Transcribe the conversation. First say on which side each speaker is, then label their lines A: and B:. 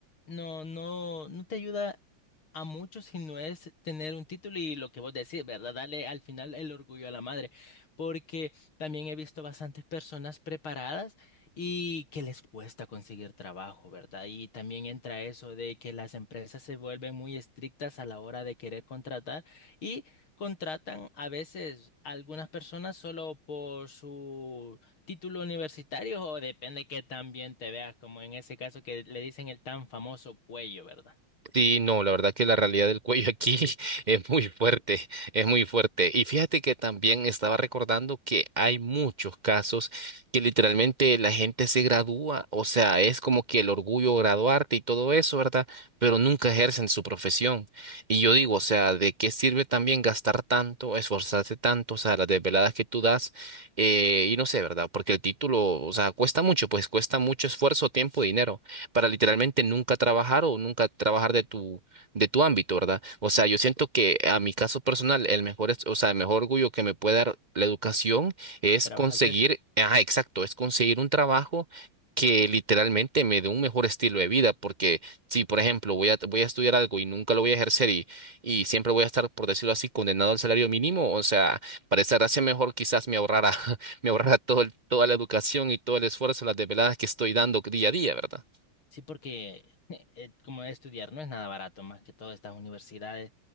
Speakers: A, on the left; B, on the right.
A: no, no, no te ayuda a mucho si no es tener un título y lo que vos decís, ¿verdad? Dale al final el orgullo a la madre, porque también he visto bastantes personas preparadas y que les cuesta conseguir trabajo, ¿verdad? Y también entra eso de que las empresas se vuelven muy estrictas a la hora de querer contratar y contratan a veces a algunas personas solo por su título universitario o depende que tan bien te veas, como en ese caso que le dicen el tan famoso cuello, ¿verdad?
B: Sí, no, la verdad que la realidad del cuello aquí <laughs> es muy fuerte, es muy fuerte. Y fíjate que también estaba recordando que hay muchos casos que literalmente la gente se gradúa, o sea, es como que el orgullo graduarte y todo eso, ¿verdad? Pero nunca ejercen su profesión. Y yo digo, o sea, ¿de qué sirve también gastar tanto, esforzarse tanto, o sea, las desveladas que tú das? eh, y no sé, ¿verdad? Porque el título, o sea, cuesta mucho, pues cuesta mucho esfuerzo, tiempo, dinero para literalmente nunca trabajar o nunca trabajar de tu, de tu ámbito, ¿verdad? O sea, yo siento que a mi caso personal, el mejor, es- o sea, el mejor orgullo que me puede dar la educación es
A: Trabajar
B: conseguir,
A: de eso.
B: ajá, exacto, es conseguir un trabajo que literalmente me dé un mejor estilo de vida, porque si, por ejemplo, voy a, voy a estudiar algo y nunca lo voy a ejercer y, y siempre voy a estar, por decirlo así, condenado al salario mínimo, o sea, para esa gracia mejor quizás me ahorrara, <laughs> me ahorrara todo el- toda la educación y todo el esfuerzo, las desveladas que estoy dando día a día, ¿verdad?
A: Sí, porque eh, eh, como estudiar no es nada barato, más que todas estas universidades.